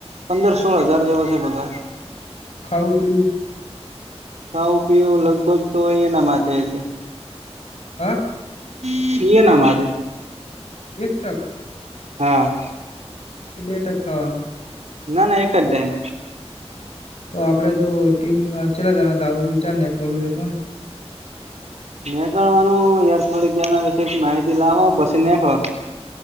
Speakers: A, on the right (about 85°); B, on the left (about 75°).
A: પંદર સોળ હજાર જેવો છે બગા
B: ખાઓ પીું'
A: ખાવું પીવું લગભગ તો અ એના માથે છે.
B: હા
A: <unintelligible>
B: એક ટક
A: હા
B: કે બે ટકાવાનું
A: ના ના એક જ ડાઈમ
B: તો આપડે તો ટીમ ચેલાતાના આવું છે ચાર નેકું છે પણ
A: નીકળવાનું યાર થોડીકના વિશેે માહિતી લાવો પછી નીકળો